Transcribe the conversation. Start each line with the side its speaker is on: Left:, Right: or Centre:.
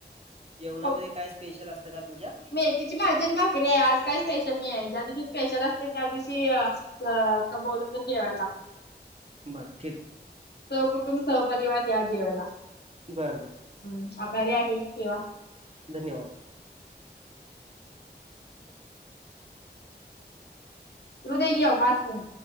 Right: जेवणामध्ये
Left: हो,
Right: काय स्पेशल असत का तुमच्या
Left: मेथीची भाजी आणि भाकरी आहे आज काय स्पेशल नाही आहे ज्या दिवशी स्पेशल असते त्या दिवशी त्या त्या बोलवतो जेवायला
Right: बरं ठीक
Left: सहकुटुंब सहपरिवार या जेवायला
Right: बर बर
Left: हम् आभारी आहे ठेवा
Right: धन्यवाद
Left: रूद्या ये मार खाईल